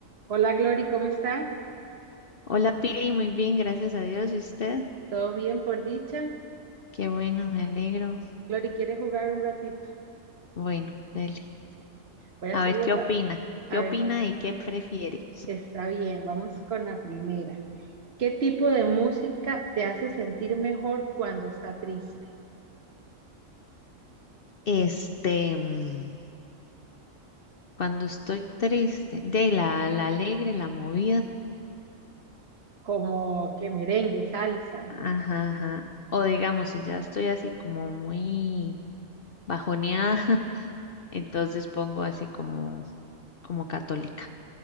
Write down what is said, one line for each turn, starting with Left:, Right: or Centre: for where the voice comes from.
Right: Hola Glory, ¿cómo está?
Left: Hola Pili, muy bien, gracias a Dios. ¿Y usted?
Right: ¿Todo bien por dicha?
Left: Qué bueno, me alegro.
Right: Glory, ¿quiere jugar un ratito?
Left: Bueno, dele.
Right: Voy a
Left: A
Right: hacer
Left: ver, ¿qué opina?
Right: a
Left: ¿Qué opina
Right: ver, qué-
Left: y qué prefiere?
Right: está bien, vamos con la primera. ¿Qué tipo de música te hace sentir mejor cuando está triste?
Left: Este, mm, cuando estoy triste, de la, la alegre, la movida.
Right: Como que merengue, salsa.
Left: Ajá, ajá. O digamos, si ya estoy así como muy bajoneada, <laughs> entonces pongo así como, como católica.